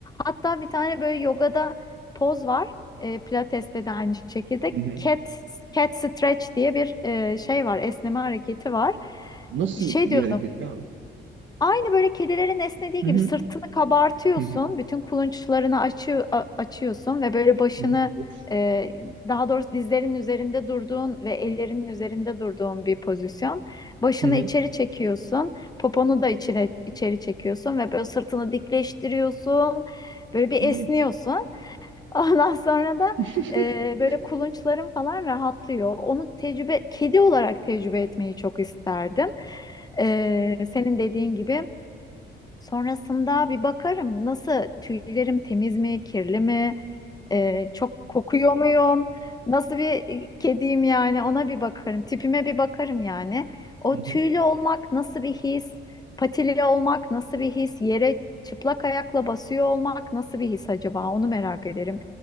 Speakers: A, on the left (about 20°); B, on the right (about 70°).
A: Hatta bir tane böyle yogada poz var. E, Pilates'te de aynı şekilde
B: Hı hı.
A: cat cat stretch diye bir e, şey var, esneme hareketi var.
B: Nasıl
A: Şey
B: bir
A: diyordum.
B: hareket abi?
A: Aynı böyle kedilerin esnediği
B: Hı
A: gibi
B: hı.
A: sırtını kabartıyorsun,
B: Hı hı.
A: bütün kulunçlarını açı, a- açıyorsun ve böyle başını
B: Hı hı. Of.
A: e, daha doğrusu dizlerin üzerinde durduğun ve ellerinin üzerinde durduğun bir pozisyon. Başını
B: Hı hı.
A: içeri çekiyorsun, poponu da içeri, içeri çekiyorsun ve böyle sırtını dikleştiriyorsun, böyle bir
B: Hı
A: esniyorsun.
B: hı.
A: <laughs> Ondan sonra da
B: <laughs>
A: e, böyle kulunçların falan rahatlıyor. Onu tecrübe, kedi olarak tecrübe etmeyi çok isterdim. E, senin dediğin gibi. Sonrasında bir bakarım nasıl tüylerim temiz mi, kirli mi, e, çok kokuyor muyum, nasıl bir e, kediyim yani ona bir bakarım, tipime bir bakarım yani. O
B: Hı
A: tüylü
B: hı.
A: olmak nasıl bir his, patili olmak nasıl bir his, yere çıplak ayakla basıyor olmak nasıl bir his acaba onu merak ederim.